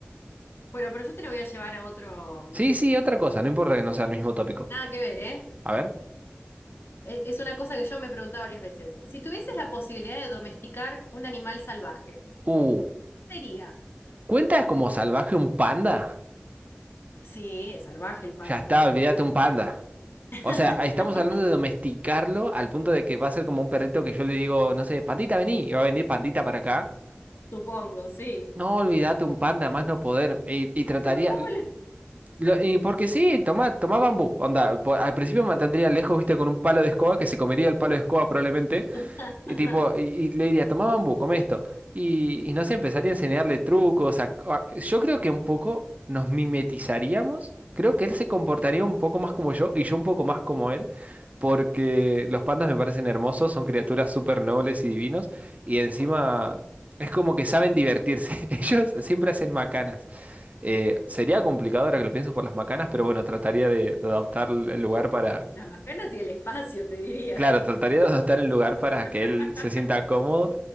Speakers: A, on the left; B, on the right.
A: Bueno, pero yo te lo voy a llevar a otro.
B: Sí, sí, otra cosa, no importa que no sea el mismo tópico.
A: Nada que ver, ¿eh?
B: A ver.
A: E- Es una cosa que yo me he preguntado varias veces. Si tuvieses la posibilidad de domesticar un animal salvaje,
B: Uh,
A: ¿qué sería?
B: ¿cuentas como
A: ¿Y por
B: salvaje
A: qué?
B: un panda?
A: Sí, es salvaje el panda.
B: Ya está, olvídate un panda.
A: <laughs>
B: O sea, ahí estamos hablando de domesticarlo al punto de que va a ser como un perrito que yo le digo, no sé, pandita, vení, y va a venir pandita para acá.
A: Supongo, sí.
B: No, olvídate un panda, más no poder. Y, y trataría.
A: Pero ¿cómo lo
B: Lo- y porque sí, tomá, tomá bambú. Onda, po- al principio me mantendría lejos, viste, con un palo de escoba que se comería el palo de escoba probablemente.
A: <laughs>
B: Y, tipo, y, y le diría, toma bambú, come esto. Y, y no sé, empezaría a enseñarle trucos. a- a- yo creo que un poco nos mimetizaríamos. Creo que él se comportaría un poco más como yo y yo un poco más como él. Porque los pandas me parecen hermosos, son criaturas súper nobles y divinos. Y encima
A: comparto?
B: es como que saben divertirse. <laughs> Ellos siempre hacen macanas. Eh, sería complicado ahora que lo pienso por las macanas, pero bueno, trataría de, de adaptar el lugar para
A: Las macanas y el espacio, te diría.
B: Claro, trataría de adaptar el lugar para
A: <laughs>
B: que él se sienta cómodo,